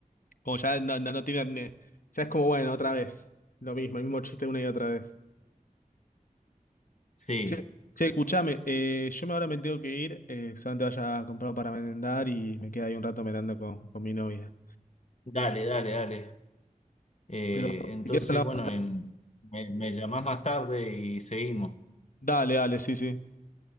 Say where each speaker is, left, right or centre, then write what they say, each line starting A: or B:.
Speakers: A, on the left; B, on the left.
A: Como ya no, no, no tiran, eh, ya es como, bueno, otra vez. Lo mismo, el mismo chiste una y otra vez.
B: Sí,
A: Che, che, escuchame, eh, yo me ahora me tengo que ir, eh, solamente vaya a comprar para merendar y me queda ahí un rato merendando con, con mi novia.
B: dale, dale, dale. Eh,
A: Pero
B: entonces,
A: si quieres hablamos
B: bueno,
A: más tarde.
B: en- me, me llamás más tarde y seguimos.
A: Dale, dale, sí, sí.